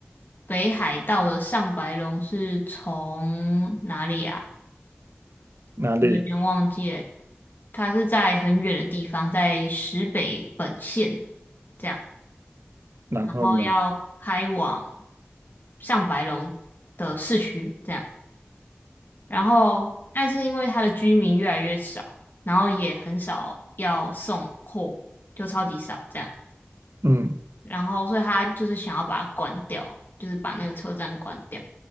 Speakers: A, on the left (about 50°); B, on the right (about 85°).
A: 北海道的上白龙是从哪里啊？
B: 哪里？
A: 我有点忘记了，它是在很远的地方，在石北本线这样，
B: 然后呢？
A: 然后要开往上白龙的市区这样，然后但是因为它的居民越来越少，然后也很少要送货，就超级少这样。
B: 嗯，
A: 然后所以他就是想要把它关掉，就是把那个车站关掉，